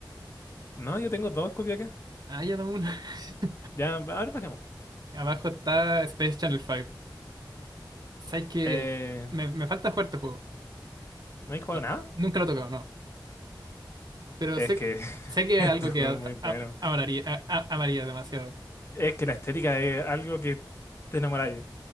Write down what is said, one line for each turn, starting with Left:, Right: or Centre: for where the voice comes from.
Left: No, yo tengo dos copias acá.
Right: Ah, ya dame una. <laughs>
Left: Ya, ahora bajemos.
Right: Abajo está Space Channel 5. ¿Sabes que
Left: Eh,
Right: Me, me falta jugar este juego.
Left: ¿no hay jugado
Right: N-
Left: nada?
Right: Nunca lo he tocado, no. Pero
Left: Es
Right: sé,
Left: que
Right: que-
Left: <laughs>
Right: sé que
Left: este
Right: es algo
Left: juego
Right: que a-
Left: es muy bueno.
Right: a- amaría, a- a- amaría demasiado.
Left: Es que la estética es algo que te enamoráis.